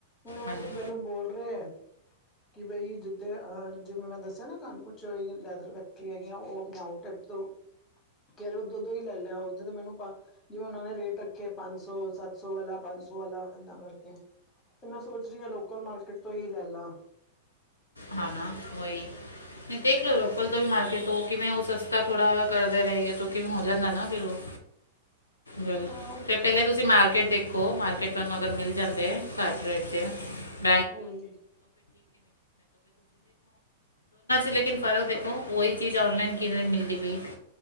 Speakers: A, on the left; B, on the left.
A: ਹੁਣ ਇਹ
B: ਹਾਂਜੀ
A: ਤੇ ਮੈਨੂੰ ਬੋਲ ਰਹੇ ਹੈ। ਕਿ ਬਈ ਜਿੱਥੇ ਜਿਵੇਂ ਮੈਂ ਦੱਸਿਆ ਨਾ ਕਾਨਪੁਰ 'ਚ ਲੈਦਰ ਫੈਕਟਰੀ ਹੈਗੀ ਆ ਉਹ ਆਪਣੇ ਆਊਟਲੈਟ। ਫੇਰ ਉਹ ਦੁੱਧ ਵੀ ਲੈ ਲਿਆ ਮੈਨੂੰ ਜਿਵੇਂ ਉਹ ਨੇ ਰੇਟ ਰੱਖੇ ਪੰਜ ਸੌ ਸੱਤ ਸੋ ਵਾਲਾ ਪੰਜ ਸੌ ਵਾਲਾ ਏਦਾਂ ਕਰਕੇ ਤੇ ਮੈਂ ਸੋਚ ਰਹੀ ਹਾਂ ਲੋਕਲ ਮਾਰਕੀਟ ਤੋਂ ਹੀ ਲੈ ਲਾਂ।
B: ਹਾਂ ਨਾ ਵਹੀ ਨਹੀਂ ਦੇਖਲੋ ਲੋਕਲ ਤੋਂ ਵੀ ਮਾਰਕਟ ਤੋਂ। ਕਿਵੇਂ ਉਹ ਸਸਤਾ ਥੋੜਾ ਕਰਦੇ ਰਹੇ ਕਿਵੇਂ ਹੋ ਜਾਂਦਾ ਨਾ ਫਿਰ ਉਹ ਗੱਲ।
A: ਹਾਂ
B: ਤੇ ਪਹਿਲੇ ਤੁਸੀਂ ਮਾਰਕੀਟ ਦੇਖੋ ਮਾਰਕੀਟ ਤੁਹਾਨੂੰ ਅਗਰ ਮਿਲ ਜਾਂਦੇ ਘੱਟ ਰੇਟ ਤੇ <unintelligible>
A: ਉਹੀ
B: ਲੇਕਨ ਫਰਕ ਦੇਖੋ ਉਹੀ ਚੀਜ਼ ਔਨਲਾਈਨ ਕਿਨੇ ਦੀ ਮਿਲਦੀ ਪਈ